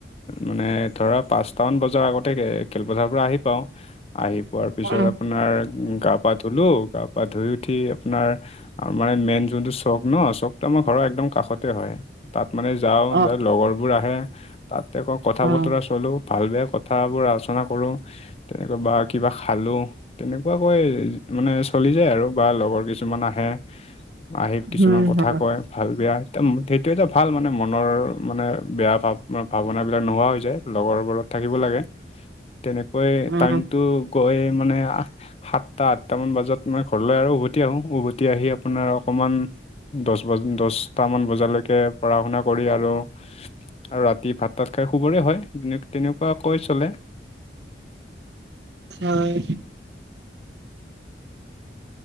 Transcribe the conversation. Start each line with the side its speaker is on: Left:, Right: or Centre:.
Left: মানে ধৰা পাঁচ ছটামান বজাৰ আগতে খেলপথাৰ পৰা আহি পাওঁ, আহি পোৱাৰ পিছত
Right: অ
Left: আপোনাৰ উম, গা পা ধুলো গা পা ধুই উঠি আপোনাৰ মানে মেইন যোনটো চখ ন, চখটো আমাৰ ঘৰৰ একদম কাষতে হয়। তাত মানে যাওঁ
Right: অ
Left: যাই লগৰবোৰ আহে তাত আকৌ কথা
Right: অ
Left: বতৰা চলো, ভাল বেয়া ক কথাবোৰ আলোচনা কৰোঁ, তেনেকৈ বা কিবা খালোঁ। তেনেকুৱাকৈ মানে চলি যায় আৰু বা লগৰ কিছুমান আহে। আহি
Right: উম
Left: কিছুমান কথা কয়। ভাল বেয়া এয়া সেইটো এটা ভাল মানে মনৰ মানে বেয়া ভাৱ ভাৱনাবিলাক নোহোৱা হৈ যায়। লগৰবোৰত থাকিব লাগে। তেনেকৈ
Right: উম
Left: টাইমটো গৈ মানে সাতটা আঠটামান বজাত মই ঘৰলৈ আৰু উভতি আহোঁ। উভতি আহি আপোনাৰ অকমান দহ বজ দহটামান বজালৈকে পঢ়া শুনা কৰি আৰু আৰু ৰাতি ভাত তাত খাই শুবৰে হয়। তেনেকুৱা কৈ চলে।
Right: হয়।